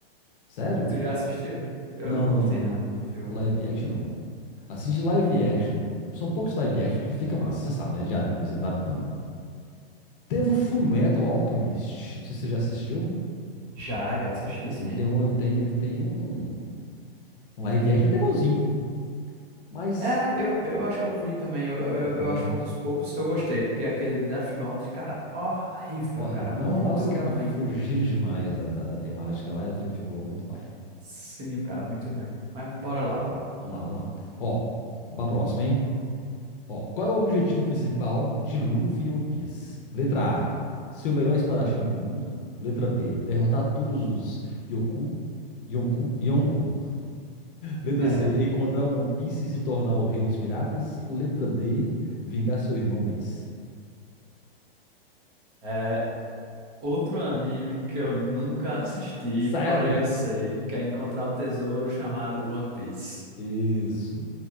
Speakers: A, on the left (about 60°); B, on the right (about 20°).
A: sério?
B: Tu já assistiu? Eu
A: Não,
B: não curti,
A: não, não.
B: não, o filme.
A: Live action não. Assiste live action. São poucos live action que fica massa, você sabe, né? De anime se adaptando. Teve o Fullmetal Alchemist. Não sei se você já assistiu.
B: Já, já assisti, sim.
A: Ele tem um, ele tem, ele tem um, um live action até bonzinho, mas
B: É, eu, eu acho que eu vi também. Eu, eu,
A: você viu,
B: eu
A: né?
B: acho um dos poucos que eu gostei, porque aquele Death Note, cara, horrível,
A: Horrível.
B: cara, muito
A: Não, lá os caras
B: ruim,
A: fugiram
B: cara.
A: demais da, da, da temática lá e o trem ficou muito paia.
B: Sim, cara, muito ruim. Mas bora lá, bora lá.
A: Vamos lá, vamos lá. Ó, vamos pra próxima, hein? Ó, qual é o objetivo principal de Luffy e One Piece? Letra A, ser o melhor espadachim do mundo. Letra B, derrotar todos os Yoku. Yonku, Yonku. Letra
B: <laughs>
A: C, encontrar o One Piece e se tornar o rei dos piratas. Letra D, vingar seu irmão ex.
B: É, outro anime que eu nunca assisti,
A: Sério?
B: porém eu sei, que é encontrar o tesouro chamado One Piece.
A: <laughs> Isso.